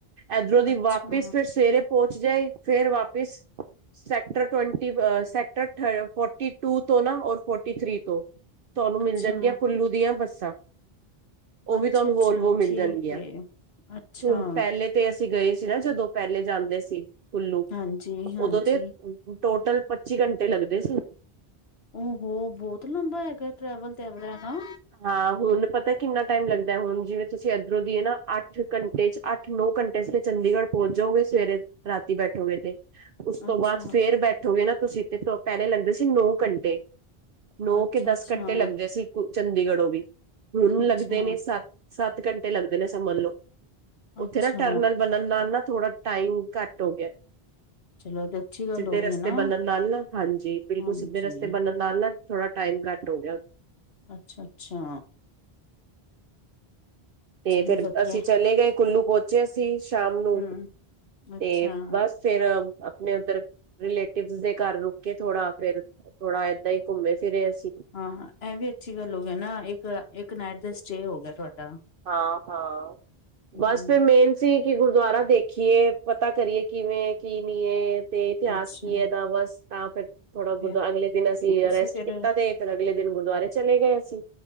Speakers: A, on the right; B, on the left.
A: ਇਧਰੋਂ ਦੀ
B: ਅੱਛਾ
A: ਵਾਪਿਸ ਫਿਰ ਸਵੇਰੇ ਪਹੁੰਚ ਜਾਏ, ਫਿਰ ਵਾਪਿਸ ਸੈਕਟਰ ਟਵੈਂਟੀ ਬ ਸੈਕਟਰ ਥ ਫੋਰਟੀ ਟੂ ਤੋਂ ਨਾ ਔਰ ਫੋਰਟੀ ਥ੍ਰਰੀ ਤੋਂ ਤੁਹਾਨੂੰ ਮਿਲ
B: ਅੱਛਾ
A: ਜਾਣਗੀਆਂ ਕੁੱਲੂ ਦੀਆਂ ਬੱਸਾਂ। ਉਹ
B: ਅੱਛਾ
A: ਵੀ ਤੁਹਾਨੂੰ
B: ਅੱਛਾ
A: ਵੋਲਵੋ
B: ਠੀਕ
A: ਮਿਲ ਜਾਣਗੀਆਂ।
B: ਏ ਅੱਛਾ
A: ਹੁਣ ਪਹਿਲੇ ਤੇ ਅਸੀਂ ਗਏ ਸੀ ਨਾ ਜਦੋਂ ਪਹਿਲੇ ਜਾਂਦੇ ਸੀ ਕੁੱਲੂ
B: ਹਾਂਜੀ ਹਾਂਜੀ
A: ਉਦੋਂ ਤੇ ਟੋਟਲ ਪੱਚੀ ਘੰਟੇ ਲੱਗਦੇ ਸੀ।
B: ਉਹ ਹੋ ਬਹੁਤ ਲੰਬਾ ਹੈਗਾ ਟਰੈਵਲ ਤੇ ਇਹ ਵਾਲਾ ਹੈਨਾ।
A: ਹਾਂ, ਹੁਣ ਪਤਾ ਕਿੰਨਾ ਟਾਈਮ ਲੱਗਦੈ, ਹੁਣ ਜਿਵੇਂ ਤੁਸੀਂ ਇੱਧਰੋਂ ਦੀ ਨਾ ਅੱਠ ਘੰਟੇ ਚ ਅੱਠ-ਨੌ ਘੰਟੇ ਚ ਫਿਰ ਚੰਡੀਗੜ੍ਹ ਪਹੁੰਚ ਜਾਓਗੇ ਸਵੇਰੇ, ਰਾਤੀ ਬੈਠੋਗੇ ਤੇ। ਉਸ ਤੋਂ
B: ਅੱਛਾ
A: ਬਾਅਦ ਫੇਰ ਬੈਠੋਗੇ ਨਾ ਤੁਸੀਂ ਤੇ ਪਹਿਲੇ ਲੱਗਦੇ ਸੀ ਨੌ ਘੰਟੇ। ਨੌ
B: ਅੱਛਾ
A: ਕੇ ਦਸ
B: ਅੱਛਾ
A: ਘੰਟੇ ਲੱਗਦੇ ਸੀ। ਚੰਡੀਗੜ੍ਹ ਉਹ ਵੀ‌। ਹੁਣ
B: ਅੱਛਾ
A: ਲੱਗਦੇ ਨੇ ਸੱਤ- ਸੱਤ ਘੰਟੇ ਲੱਗਦੇ ਨੇ ਸਮਝ ਲਓ।
B: ਅੱਛਾ
A: ਉੱਥੇ ਨਾ ਟਰਨਲ ਬਣਨ ਨਾਲ ਨਾ ਥੋੜਾ ਟਾਈਮ ਘੱਟ ਹੋ ਗਿਆ।
B: ਚਲੋ ਤੇ ਅੱਛੀ ਗੱਲ
A: ਸਿੱਧੇ
B: ਹੋ ਗਈ
A: ਰਸਤੇ
B: ਨਾ
A: ਬਣਨ ਨਾਲ ਨਾ, ਹਾਂਜੀ ਬਿਲਕੁਲ
B: ਹਾਂਜੀ
A: ਸਿੱਧੇ ਰਸਤੇ ਬਣਨ ਨਾਲ ਨਾ ਥੋੜਾ ਟਾਈਮ ਘੱਟ ਹੋ ਗਿਆ।
B: ਅੱਛਾ-ਅੱਛਾ।
A: ਤੇ
B: ਚਲੋ
A: ਫਿਰ
B: ਵਧੀਆ
A: ਅਸੀਂ ਚਲੇ ਗਏ ਕੁੱਲੂ ਪਹੁੰਚੇ ਅਸੀਂ ਸ਼ਾਮ
B: ਹਮ
A: ਨੂੰ ਤੇ
B: ਅੱਛਾ
A: ਬਸ ਫਿਰ ਆਪਣੇ ਉੱਧਰ ਰਿਲੇਟਿਵ ਦੇ ਘਰ ਰੁਕੇ ਥੋੜਾ ਫਿਰ ਥੋੜਾ ਏਦਾਂ ਹੀ ਘੁੰਮੇ ਫਿਰੇ ਅਸੀਂ।
B: ਹਾਂ ਇਹ ਵੀ ਅੱਛੀ ਗੱਲ ਹੋ ਗਿਆ ਨਾ ਇੱਕ-ਇੱਕ ਨਾਈਟ ਦਾ ਸਟੇਅ ਹੋ ਗਿਆ ਤੁਹਾਡਾ।
A: ਹਾਂ-ਹਾਂ
B: ਹਮ
A: ਬਸ ਫਿਰ ਮੇਨ ਸੀਂ ਕਿ ਗੁਰਦੁਆਰਾ ਦੇਖੀਏ ਪਤਾ ਕਰੀਏ ਕਿਵੇਂ ਹੈ ਕਿ ਨੀ ਐ। ਤੇ ਇਤਿਹਾਸ
B: ਅੱਛਾ
A: ਕੀਏ ਇਹਦਾ ਬਸ ਤਾਂ ਫਿਰ ਥੋੜਾ
B: ਫੇਰ
A: ਅਗਲੇ ਦਿਨ ਅਸੀਂ
B: ਤੁਸੀਂ
A: ਰੈਸਟ
B: ਫੇਰ
A: ਕੀਤਾ ਤੇ ਫਿਰ ਅਗਲੇ ਦਿਨ ਗੁਰਦੁਆਰੇ ਚਲੇ ਗਏ ਅਸੀ।